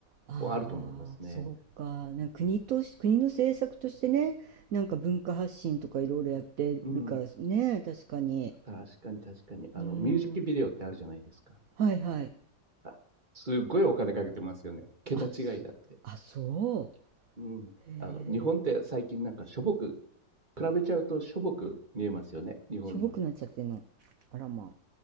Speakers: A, on the right; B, on the right.
A: ああ、
B: はあると思いますね。
A: そうか。なんか国とし、国の政策としてね、なんか文化発信とかいろいろやってるからね、
B: うん。
A: 確かに。
B: 確かに確かに。あの、
A: うーん。
B: ミュージックビデオってあるじゃないですか。
A: はいはい。
B: あ、すっごいお金かけてますよね。桁違いだって。
A: あ、すあ、そ
B: うん。
A: う。へえ。
B: あの、日本って最近なんかしょぼく、比べちゃうとしょぼく見えますよね、日本の。
A: しょぼくなっちゃってんの。あらまあ。